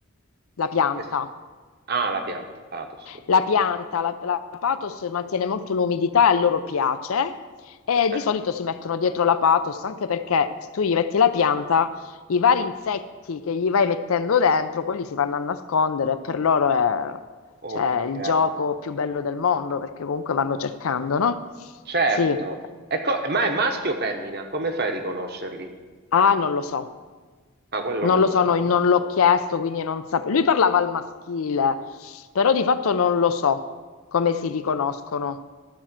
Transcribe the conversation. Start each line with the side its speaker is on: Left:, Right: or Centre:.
Left: la pianta.
Right: Es- Ah, la pianta, pathos.
Left: La pianta, la, la pathos mantiene molto l'umidità e a loro piace e
Right: Eh,
Left: di solito si mettono dietro la pathos anche perché se tu gli metti la pianta, i vari insetti che gli vai mettendo dentro, quelli si vanno a nascondere e per loro è
Right: ok,
Left: cioè, il gioco più bello del mondo perché comunque vanno cercando, no?
Right: certo.
Left: Sì,
Right: E co- ma è maschio o femmina? Come fai a riconoscerli?
Left: ah, non lo so,
Right: Ah, quello
Left: non
Right: non...
Left: lo so, no, non l'ho chiesto, quindi non sapevo. Lui parlava al maschile, però di fatto non lo so come si riconoscono,